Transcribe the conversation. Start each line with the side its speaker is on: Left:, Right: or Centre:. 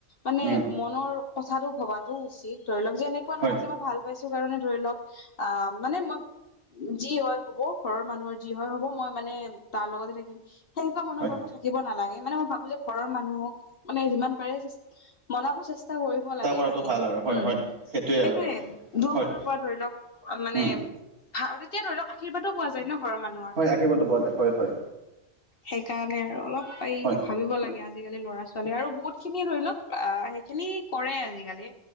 Left: মানে
Right: উম
Left: মনৰ কথাটো ভবাতটো উচিত ধৰি লওক যে এ নেকোৱা
Right: হয়
Left: নহয় যে মই ভাল পাইছো কাৰণে ধৰি লওক আহ মানে মই যি হয় হ'ব ঘৰৰ মানুহৰ যি হয় হ'ব মই মানে তাৰ লগতে থাকিম সেনেকুৱা মনৰ
Right: হয়
Left: ভাব বোৰ থাকিব নালাগে মানে মই ভাবো যে ঘৰৰ মানুহক মানে যিমান পাৰে মনাব চে চেষ্টা কৰিব লাগে
Right: কৰাটো
Left: মানে।
Right: ভাল
Left: হ'ম
Right: আৰু হয় হয়
Left: হ'ম।
Right: সেইটোৱে
Left: সেইটোয়ে
Right: আৰু
Left: দুইফালৰ
Right: হয়
Left: পৰা ধৰি লওক মানে
Right: উম
Left: তেতিয়া ধৰি লওক আশীৰ্বাদো পোৱা যায় ন ঘৰৰ মানুহ
Right: হয় আশীৰ্বাদটো পোৱা যায় হয় হয়।
Left: সেইকাৰণে আৰু অলপ এইটো
Right: হয়
Left: ভাবিব লাগে আজি আজিকালি ল'ৰা ছোৱালী আৰু বহুত খিনি ধৰি লওক আহ সেইখিনি কৰে আজিকালি